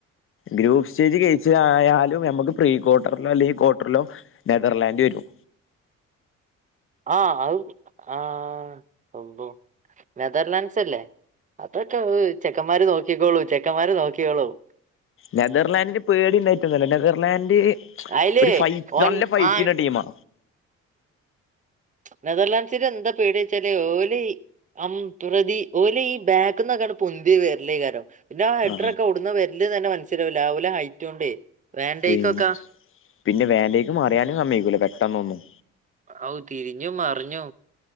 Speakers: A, on the left; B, on the right.
A: ഗ്രൂപ്പ് സ്റ്റേജ് <unintelligible> ആയാലും നമ്മുക്ക് പ്രീക്വാർട്ടറിലോ അല്ലെങ്കി ക്വാർട്ടറിലോ നെതർലാൻഡ് വരും
B: ആഹ് അത് ആ അള്ളൊ നെതർലാൻസ് സല്ലെ അപ്പൊ ചെക്കന്മാര് നോക്കിക്കോളും ചെ മക്കന്മാര് നോക്കിയോള്ളും
A: നെതർലാൻഡിന് പേടി ഉണ്ടായിട്ടൊന്നുമല്ല നെതർലാൻഡ്
B: അയിലെ
A: ഒരു ഫൈറ്റ്
B: ഓൻ
A: നല്ല ഫൈറ്റ്
B: ആ
A: ചെയ്യുന്ന ടീമാ
B: നെതർലാൻഡ്സിന് എന്തൊ പേടി വെച്ചാലേ ഓല് പ്രതി ഓല് ഈ ബാക്കിന്നൊക്കെയങ്ങട് പൊന്തി വരല് <unintelligible> പിന്നാ ഹെഡറൊക്കെ
A: ആ
B: ഓടുന്ന് വരല്ല് തന്നെ മ ത്തിരി ലാവല ഹൈറ്റും ഉണ്ടേ വേണ്ടെക്കാക്ക
A: പി പിന്നെ വേണ്ടേക്കും അറിയാനും സമ്മയിക്കൂല പെട്ടെന്നൊന്നും
B: ഔ തിരിഞ്ഞു മറിഞ്ഞു